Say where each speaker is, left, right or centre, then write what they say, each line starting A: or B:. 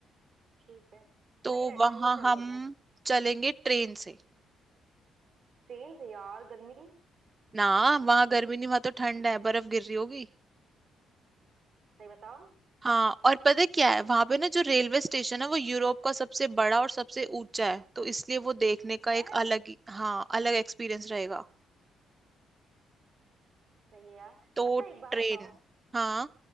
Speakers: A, on the right; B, on the right.
A: ठीक है सही
B: तो
A: रहेगा
B: वहां
A: ये चल
B: हम
A: लेंगे
B: चलेंगे ट्रेन से
A: ट्रेन से यार गर्मी
B: ना वहां गर्मी नहीं वहां तो ठंड है बर्फ गिर रही होगी
A: सही बताओ
B: हाँ और पता है क्या है वहां पे ना जो रेलवे स्टेशन है वो यूरोप का सबसे बड़ा और सबसे ऊंचा है तो इसलिए वो देखने का
A: है
B: एक अलग ही- हाँ अलग एक्सपीरियंस रहेगा
A: सही है यार
B: तो
A: अच्छा एक बात
B: ट्रेन
A: बताओ
B: हाँ